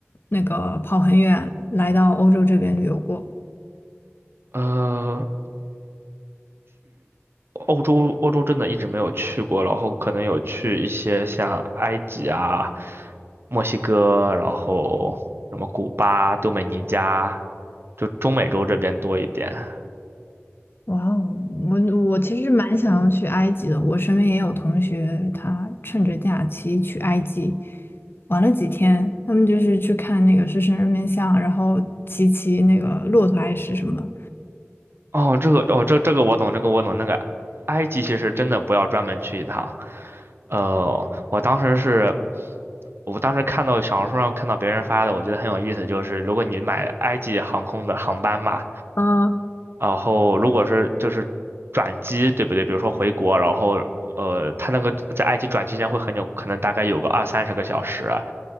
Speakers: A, on the left; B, on the right.
A: 那个跑很远来到欧洲这边旅游过。
B: 呃，欧洲欧洲真的一直没有去过，然后可能有去一些像埃及啊、墨西哥，然后什么古巴、多美尼加，就中美洲这边多一点。
A: 哇哦，我我其实蛮想要去埃及的，我身边也有同学，他趁着假期去埃及玩了几天，他们就是去看那个狮身人面像，然后骑骑那个骆驼还是什么。
B: 哦，这个哦，这这个我懂，这个我懂。那个埃及其实真的不要专门去一趟。呃，我当时是，我当时看到小红书上看到别人发的，我觉得很有意思，就是如果你买埃及航空的航班嘛，
A: 啊，
B: 然后如果是就是转机，对不对？比如说回国，然后呃，他那个在埃及转期间会很久，可能大概有个二三十个小时啊，